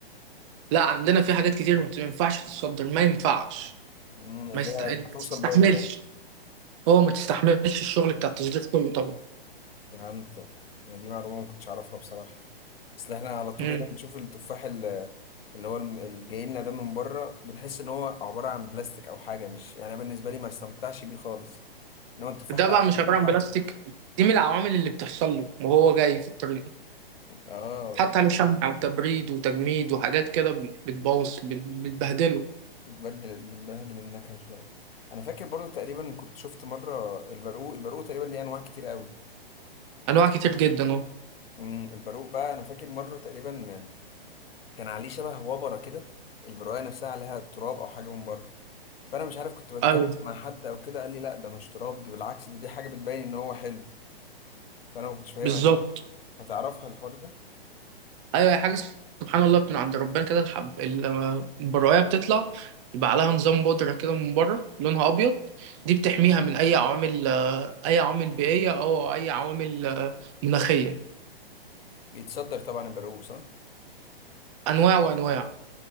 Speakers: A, on the right; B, on the left.
A: لا عندنا في حاجات كتير ما ينفعش تتصدر ما ينفعش
B: مم، اللي
A: ما, يست...
B: هي
A: ما
B: هتوصل
A: تستحملش
B: بايظه يعني.
A: هو ما تستحملش الشغل بتاع التصدير كله طبعا
B: فهمتك أنا دي معلومة ما كنتش أعرفها بصراحة بس إحنا على طول
A: مم.
B: هنا بنشوف التفاح ال- اللي هو الم- اللي جاي لنا ده من بره بنحس إن هو عبارة عن بلاستيك أو حاجة مش يعني أنا بالنسبة لي ما استمتعش بيه خالص إنما التفاح
A: ده
B: اللي
A: بقى
B: عندنا
A: مش عباره
B: ليه طعم
A: عن بلاستيك دي من العوامل اللي بتحصل له وهو جاي في الطريق
B: آه
A: حتى عليه شمع وتبريد وتجميد وحاجات كده بتبوظ بتبهدله
B: بتبدل بتبهدل النكهة شوية أنا فاكر برضو تقريبا كنت شفت مرة البرقوق البرقوق تقريبا ليه أنواع كتير قوي
A: انواع كتير جدا اهو
B: امم البرقوق بقى أنا فاكر مرة تقريبا كان عليه شبه وبرة كده البرقوقة نفسها عليها تراب أو حاجة من بره فانا مش عارف كنت بتكلم
A: ايوه
B: مع حد او كده قال لي لا ده مش تراب دي بالعكس دي, دي حاجه بتبين ان هو حلو فانا ما كنتش فاهمها
A: بالظبط
B: دي بصراحه فتعرفها الحوار ده
A: ايوه هي حاجه سبحان الله من عند ربنا كده الحب لما البرايه بتطلع يبقى عليها نظام بودره كده من بره لونها ابيض دي بتحميها من اي عوامل اي عوامل بيئيه او اي عوامل مناخيه
B: بيتصدر طبعا البرقوق صح
A: انواع وانواع